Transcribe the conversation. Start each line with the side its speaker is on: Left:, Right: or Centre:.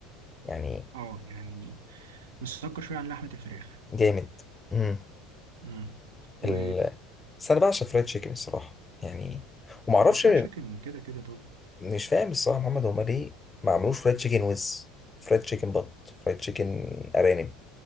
Left: يعني
Right: آه يعني مسكر شوية عن لحمة الفراخ
Left: جامد امم
Right: امم و
Left: ال... بس انا بعشق فرايد تشيكن الصراحه يعني وما اعرفش
Right: الفرايد تشيكن كده كده طب
Left: مش فاهم الصراحه محمد هما ليه ما عملوش فرايد تشيكن ويز فرايد تشيكن بط فرايد تشيكن ارانب